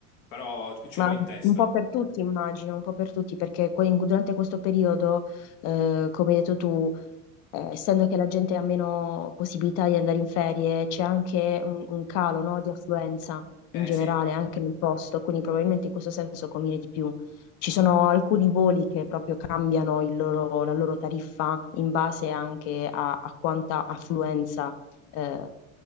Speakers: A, on the left; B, on the left.
A: Però ce
B: Ma
A: l'ho in testa.
B: un po' per tutti, immagino, un po' per tutti, perché que- durante questo periodo, eh, come hai detto tu, eh, essendo che la gente ha meno possibilità di andare in ferie, c'è anche un, un calo, no, di affluenza in
A: Eh
B: generale
A: sì,
B: anche nel posto, quindi probabilmente in questo senso conviene di più. Ci sono alcuni voli che proprio cambiano il loro- la loro tariffa in base anche a, a quanta affluenza, eh,